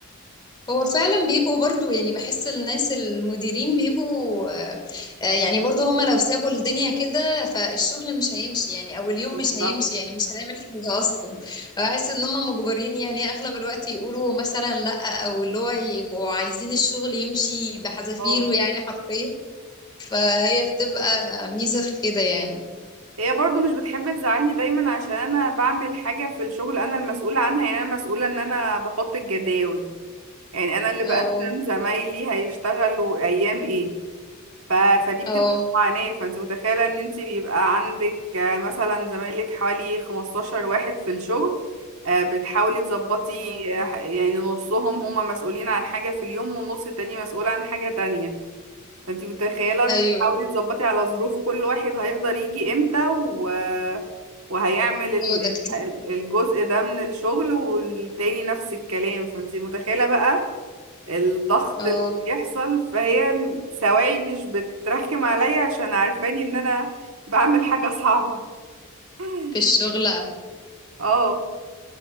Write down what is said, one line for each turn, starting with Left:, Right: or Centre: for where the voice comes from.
Left: هو فعلا بيبقوا برضو يعني بحس الناس المديرين بيبقوا آه، آه، يعني برضو هم لو سابوا الدنيا كده فالشغل مش هيمشي يعني او اليوم
Right: بالظبط
Left: مش هيمشي يعني مش هنعمل حاجة اصلا بحس ان هم مجبرين يعني اغلب الوقت يقولوا مثلا لا او اللي هو يبقوا عايزين الشغل يمشي بحذافيره
Right: اه
Left: يعني حرفيا فهي بتبقى ميزة في كده يعني
Right: هي برضو مش بتحب تزعلني دايما عشان انا بعمل حاجة في الشغل انا المسؤولة عنها يعني انا مسؤولة ان انا بحط الجداول يعني انا اللي بقسم
Left: اه
Right: زمايلي هيشتغلوا ايام ايه ف... فدي بتبقى
Left: اه
Right: معاناة فانت متخيلة ان انت بيبقى عندك آه، مثلا زمايلك حوالي 15 واحد في الشغل آه، بتحاولي تظبطي
Left: اه
Right: آه، يعني نصهم هما مسؤولين عن حاجة في اليوم والنص التاني مسؤول عن حاجة تانية فانتي متخيلة
Left: ايوه
Right: تحاولي تظبطي على ظروف كل واحد هيقدر يجي امتى و... وهيعمل ال-
Left: هو ده كتير
Right: ال- الجزء ده من الشغل والتاني نفس الكلام فانتي متخيلة بقى الضغط
Left: اه
Right: اللي بيحصل فهي سواعي مش بترخم عليا عشان عارفاني ان انا بعمل حاجة صعبة <laughs>
Left: في الشغل
Right: اه